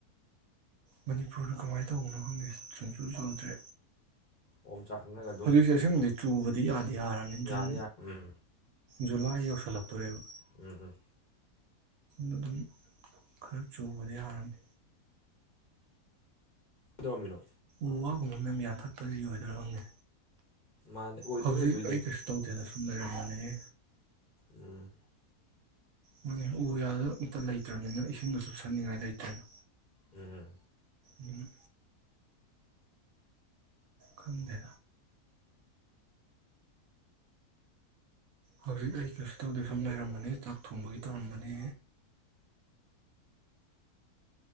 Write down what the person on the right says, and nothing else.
ꯃꯅꯤꯄꯨꯔꯗ ꯀꯃꯥꯏꯅ ꯇꯧꯕꯅꯣ ꯈꯪꯗꯦ ꯁꯨꯡꯁꯨ ꯆꯨꯗ꯭ꯔꯦ
ꯍꯧꯖꯤꯛꯁꯦ ꯑꯁꯦꯡꯕꯗꯤ ꯆꯨꯕꯗꯤ ꯑ ꯌꯥꯗꯤꯌꯥꯔꯅꯤ ꯖꯨꯟ
ꯖꯨꯂꯥꯏ ꯑꯩ ꯌꯁꯜꯂꯞꯇꯣꯔꯦꯕ
ꯑꯗꯨꯝ ꯈꯔ ꯆꯨꯕꯗꯤ ꯌꯥꯔꯅꯤ
ꯎ ꯋꯥꯒꯨꯝꯕ ꯃꯌꯥꯝ ꯌꯥꯟꯊꯠꯄꯁꯤ ꯑꯣꯏꯣꯏꯗꯔ ꯍꯪꯉꯦ
ꯍꯧꯖꯤꯛ
ꯑꯩ ꯀꯩꯁꯨ ꯇꯧꯗꯦꯅ ꯁꯨꯝ ꯂꯩꯔꯝꯕꯅꯤ
ꯃꯥꯅꯤ ꯎ ꯌꯥꯗ ꯑꯝꯇ ꯂꯩꯇ꯭ꯔꯕꯅꯤꯅ ꯏꯁꯤꯡꯗ ꯆꯨꯞꯁꯟꯅꯤꯡꯉꯥꯏ ꯂꯩꯇ꯭ꯔꯦꯅ
ꯎꯝ ꯈꯝꯗꯦ ꯍꯧꯖꯤꯛ ꯑꯩ ꯀꯩꯁꯨ ꯇꯧꯗꯦ ꯁꯨꯝ ꯂꯩꯔꯝꯕꯅꯤ ꯆꯥꯛ ꯊꯣꯡꯕꯒꯤ ꯇꯧꯔꯝꯕꯅꯤ